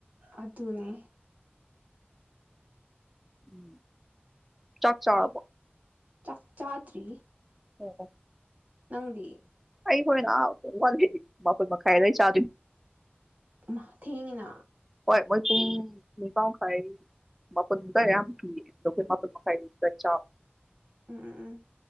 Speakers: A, on the right (about 40°); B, in the centre.
A: ꯑꯗꯨꯅꯦ
B: ꯎꯝ ꯆꯥꯛ ꯆꯥꯔꯕꯣ
A: ꯆꯥꯛꯆꯥꯥꯗ꯭ꯔꯤ
B: ꯑꯣ ꯑꯣ
A: ꯅꯪꯗꯤ
B: ꯑꯩ ꯍꯣꯔꯦꯟ ꯑꯥ ꯋꯥꯠꯂꯤ ꯃꯄꯟ ꯃꯈꯥꯏ ꯑꯗꯥꯏ ꯆꯥꯗꯣꯏꯅꯤ
A: ꯃ ꯊꯦꯡꯉꯤꯅ
B: ꯍꯣꯏ ꯃꯣꯏ ꯄꯨꯡ ꯅꯤꯄꯥꯟ ꯃꯈꯥꯏ ꯃꯥꯄꯟꯗꯥꯏ ꯌꯥꯝ ꯄꯤ ꯑꯗꯣ ꯑꯩꯈꯣꯏ ꯃꯥꯄꯟ ꯃꯈꯥꯏ ꯗ ꯆꯥꯕ
A: ꯎꯝ ꯎꯝ ꯎꯝ